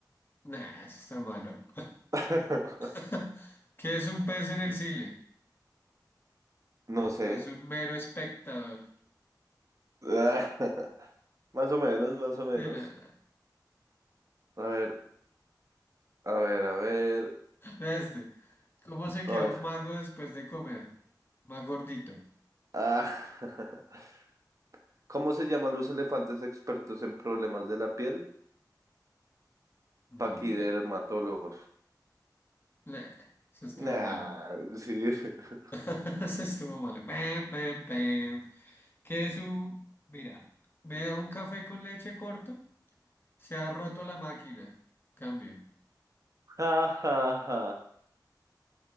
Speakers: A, on the left; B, on the right.
A: Nah, eso está malo.
B: <laughs>
A: <laughs> ¿Qué es un pez en el cine?
B: No sé.
A: Pues un mero espectador.
B: <laughs> Más o menos, más o menos.
A: Sí, no, no.
B: A ver, a ver, a ver,
A: Vea este. ¿Cómo se
B: a
A: queda
B: ver.
A: un mago después de comer? Más gordito.
B: Ah. <laughs> ¿Cómo se llaman los elefantes expertos en problemas de la piel?
A: Ni
B: Paquidermatólogos.
A: idea. Bleh, Eso estuvo
B: Nah,
A: malo.
B: sí. <laughs>
A: <laughs> Eso estuvo malo. Pam, pam, pam. ¿Qué es un... Mira, me da un café con leche corto. Se ha roto la máquina. Cambio.
B: Ja, ja, ja.